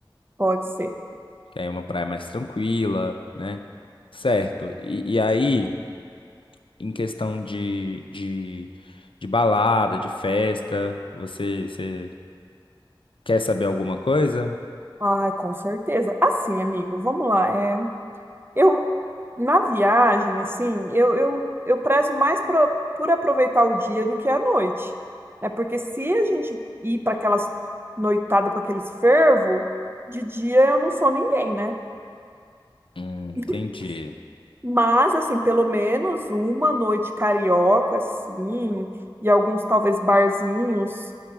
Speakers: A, on the right (about 25°); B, on the left (about 80°).
A: pode ser.
B: Que aí é uma praia mais tranquila, né? Certo. E, e aí, em questão de, de, de balada, de festa, você, você quer saber alguma coisa?
A: Ai, com certeza. Assim, amigo, vamos lá. É, Eu, na viagem, assim, eu, eu, eu prezo mais por, por aproveitar o dia do que a noite. Né? Porque se a gente ir para aquelas noitadas, para aqueles fervo, de dia eu não sou ninguém, né?
B: Hum, entendi.
A: <laughs> Mas, assim, pelo menos uma noite carioca, assim, e alguns talvez barzinhos.